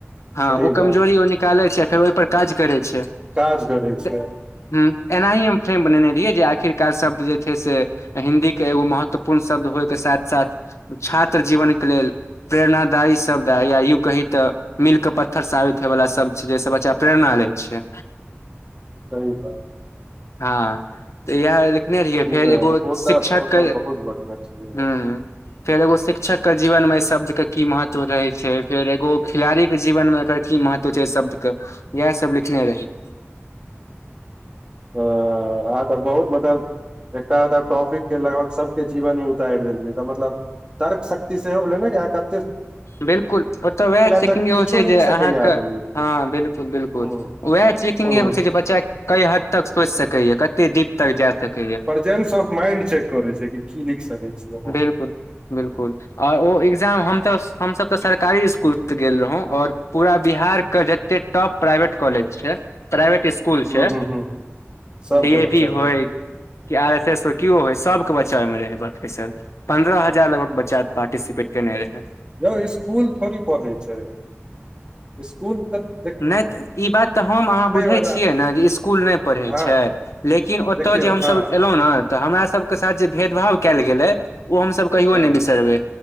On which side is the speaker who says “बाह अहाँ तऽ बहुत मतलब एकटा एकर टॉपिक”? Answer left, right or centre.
Right